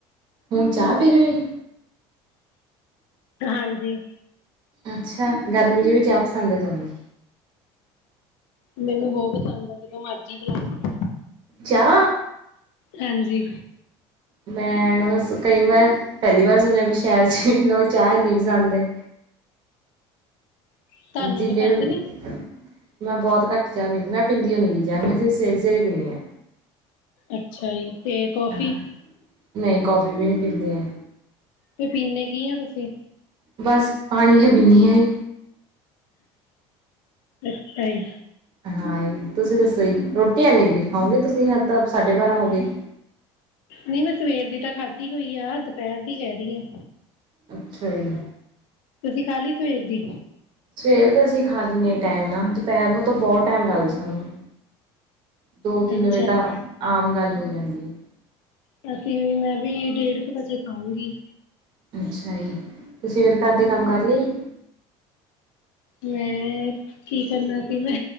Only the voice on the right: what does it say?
ਹੁਣ ਚਾਹ ਪੀ ਰੇ ਹੋ ਈ?
ਅੱਛਾ ਗਰਮੀ ਚ ਵੀ ਚਾਹ ਪਸੰਦ ਹੈ ਤੁਹਾਨੂੰ?
ਚਾ?
ਮੈਂ ਬਸ ਕਈ ਮੈਂ ਪਹਿਲੀ ਵਾਰ ਸੁਣਿਆ ਵੀ ਸ਼ਹਿਰ ਚ ਲੋ ਚਾਹ ਇਨੀ ਪਸੰਦ ਹੈ।
ਜਿੰਨੇ
ਵੀ,
ਮੈਂ ਬਹੁਤ ਘੱਟ ਚਾ ਵੀ ਮੈਂ ਪੀਂਦੀਯੌ ਮੇਰੀ ਜਾਂ, ਮੈਂ ਤੇ ਸਵੇਰੇ-ਸਵੇਰੇ ਪੀਨੀ ਹਾਂ।
ਹਾਂ। ਨਹੀਂ ਕੌਫੀ ਵੀ ਨਹੀਂ ਪੀਂਦੀ ਹੈ
ਬਸ, ਪਾਣੀ ਹੀ ਪੀਨੀ ਆਈ।
ਹਾਂਜੀ, ਤੁਸੀਂ ਦੱਸੋ ਜੀ? ਰੋਟੀ ਐਨੀ ਲੇਟ ਖਾਂਓਗੇ ਤੁਸੀਂ ਹ ਤਾਂ ਸਾਢੇ ਬਾਰਾਂ ਹੋਗੇਏ।
ਅੱਛਾ ਜੀ।
ਸਵੇਰ ਤਾਂ ਅਸੀਂ ਖਾ ਲੇਨੇ ਟਾਈਮ ਨਾਲ, ਦੁਪਹਿਰ ਨੂੰ ਤਾਂ ਬਹੁਤ ਟਾਈਮ ਲੱਗ ਸਾਨੂੰ। ਦੋ-ਤਿੰਨ
ਵਜੇ ਤਾਂ
ਆਮ ਗੱਲ ਹੋਈ। ਜਾਂਦੀ ਏ।
ਅੱਛਾ ਈ, ਤੁਸੀਂ ਫਿਰ ਘਰ ਦੇ ਕੰਮ ਕਰ ਲਈਏ?